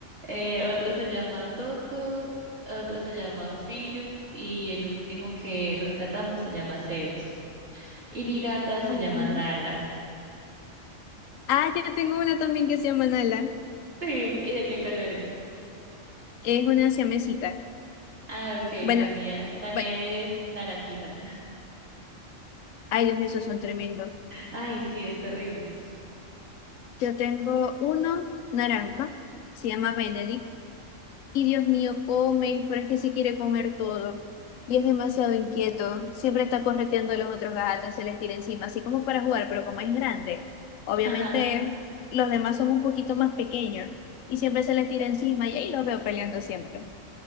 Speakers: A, on the right (about 50°); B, on the left (about 75°).
A: Eh, otro se llama Toto, otro se llama Firu y el último que rescatamos se llama Zeus. Y mi gata se
B: Ay.
A: llama Nala.
B: Ah, yo tengo una también que se llama Nala.
A: Sí, ¿y de qué color es?
B: Es una siamesita.
A: Ah, ok,
B: Bueno,
A: la mía, la
B: bueno,
A: mía es naranjita.
B: ay Dios mío, esos son tremendos.
A: Ay, sí, es terrible.
B: Yo tengo uno naranja, se llama Benedict. Y Dios mío, come, pero es que se quiere comer todo. Y es demasiado inquieto. Siempre está correteando a los otros gatos, se les tira encima, así como para jugar, pero como es grande, obviamente
A: Ajá.
B: los demás son un poquito más pequeños y siempre se les tira encima y ahí los veo peleando siempre.